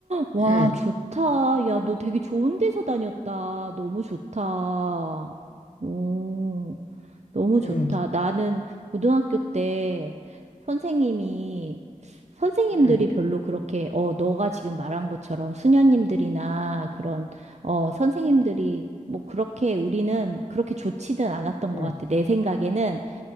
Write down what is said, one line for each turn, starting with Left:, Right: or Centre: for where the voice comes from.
Right: 와,
Left: 응,
Right: 좋다. 야, 너 되게 좋은 데서 다녔다. 너무 좋다. 오, 너무
Left: 응,
Right: 좋다. 나는 고등학교 때 선생님이, 선생님들이
Left: 응,
Right: 별로 그렇게, 어, 너가 지금 말한 것처럼 수녀님들이나 그런, 어, 선생님들이 뭐 그렇게 우리는 그렇게 좋지는 않았던
Left: 응,
Right: 것 같아. 내 생각에는